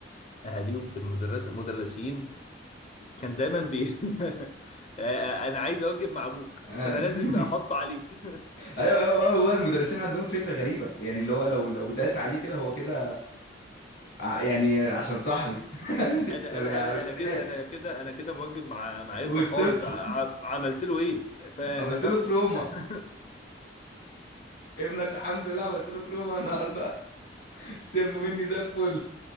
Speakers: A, on the left (about 35°); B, on the left (about 55°).
A: اهاليهم في المدرسه مدرسين كان دايما بي <laughs> انا عايز اوجب مع ابوك
B: آه.
A: فانا لازم
B: <laughs>
A: احط عليك
B: ايوه ايوه أيوة، والله المدرسين عندهم فكره غريبه يعني اللي هو لو لو داس عليه كده هو كده ع- يعني عشان صاحبي
A: <laughs>
B: <laughs>
A: انا
B: طب
A: انا
B: يا
A: انا
B: استاذ
A: انا كده انا كده انا كده موجب مع مع
B: والطفل
A: ابني خالص ع- ع- عملت له ايه فنفخته
B: عملت له تروما
A: <laughs>
B: ابنك الحمد لله عملت له تروما النهارده <laughs> استلموا مني زي الفل